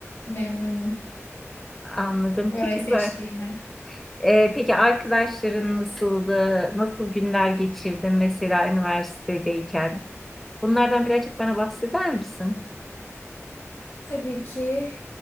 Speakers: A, on the left; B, in the centre.
A: memnunum
B: anladım.
A: orayı
B: Peki
A: seçtiğime.
B: ben, e, peki arkadaşların nasıldı? Nasıl günler geçirdin mesela üniversitedeyken? Bunlardan birazcık bana bahseder misin?
A: Tabii ki